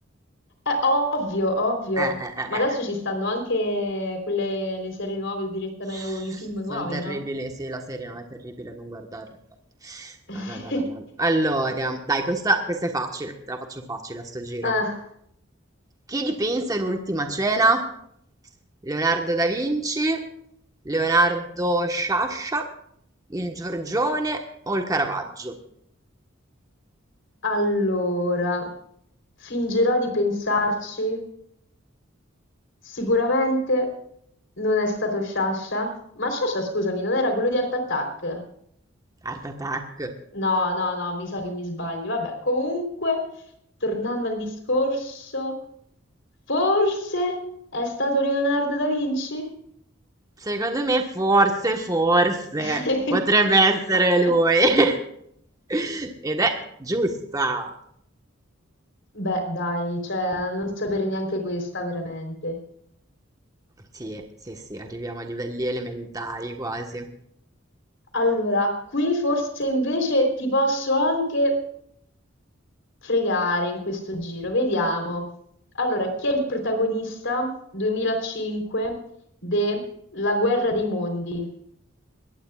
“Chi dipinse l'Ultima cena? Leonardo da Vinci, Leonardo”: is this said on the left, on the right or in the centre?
Right